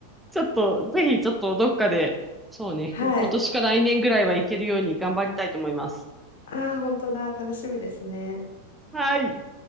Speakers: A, in the centre; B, on the left.
A: ちょっとぜひちょっとどっかで、そうね、
B: はい。
A: 今年か来年ぐらいは行けるように頑張りたいと思います。
B: ああ、本当だ。楽しみですね。
A: はい。